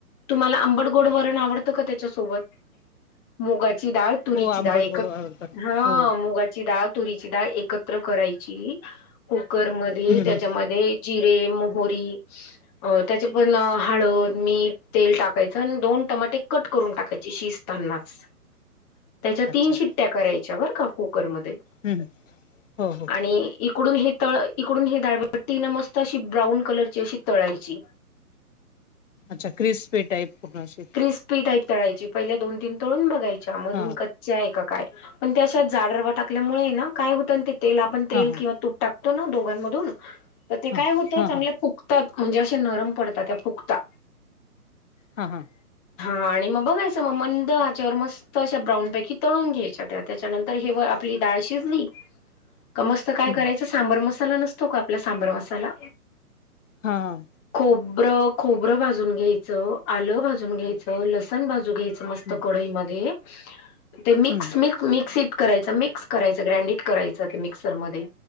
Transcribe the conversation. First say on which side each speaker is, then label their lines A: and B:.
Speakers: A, on the left; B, on the left.
A: तुम्हाला आंबटगोड वरण आवडतं का त्याच्यासोबत? मुगाची डाळ तुरीची
B: हो आंबट
A: डाळ एकत,
B: गोड आवडतात
A: ह
B: हो
A: मुगाची डाळ तुरीची दाळ एकत्र करायची कुकर मध्ये
B: हम्म
A: त्याच्यामध्ये ध्ये जिरे, मोहोरी अ त्याचे पण हळद, मीठ, तेल टाकायचं आणि दोन टमाटे कट करून टाकायचे शिजतानाच. त्याच्या
B: अच्छा.
A: तीन शी ट्ट्या करायच्या बर का कुकरमध्ये.
B: हम्म, हो हो.
A: आणि इकडून हे तळ इकडून हे दाळबट्टी ना मस्त अशी ब्राऊन कलरची अशी तळायची.
B: अच्छा क्रिस्पी टाईप पूर्ण अशी
A: क्रिस्पी टाईप तळायची. पहिल्या दोन तीन तळून बघायच्या मधून
B: हा
A: कच्च्या आहे का काय पण त्या अशा जाड रवा टाकल्यामुळे ना काय होतं ते तेल आपण तेल
B: हा हा
A: किंवा तूप टाकतो ना, दोघांमधून तर ते
B: हा
A: काय होतं
B: हा
A: चांगलं
B: हा
A: फु फुकतात म्हणजे असे नरम पडतात त्या फुकता.
B: हा हा,
A: हा आणि मग बघायचं मग मंद आचेवर मस् त अशा ब्राउनपैकी तळून घ्यायच्या त्या. त्याच्यानंतर हेव आपली दाळ शिजली का मस्त काय
B: हम्म
A: करायचं. सांबर मसाला नसतो आपला सांबर मसाला
B: हा ह,
A: खोबरं खोबरं भाजून घ्यायचं, आलं भाजून घ्यायचं, लसण भाजून घ्याय समस्त
B: हम्म
A: कढईमध्ये ते मिक्स
B: हम्म
A: मिक्स मिक्सीत करायचं, मिक्स करायचं, ग्रँडीड करायचं ते मिक्सर मध्ये.